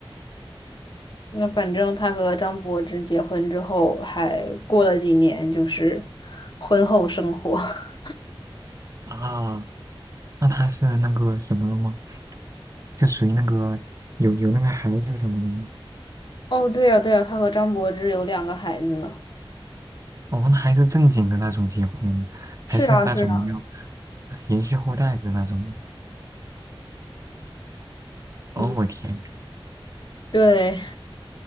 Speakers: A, on the left; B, on the right.
A: 那反正他和张柏芝结婚之后，还过了几年，就是婚后生活。<laughs>
B: 啊。那他是那个什么了吗？就属于那个有有那个孩子什么的吗？
A: 哦，对呀，对呀，他和张柏芝有两个孩子呢。
B: 哦，那还是正经的那种结婚，
A: 是啊，
B: 还是那种要
A: 是啊，
B: 延续后代的那种吗哦，
A: 嗯，
B: 我天，
A: 对。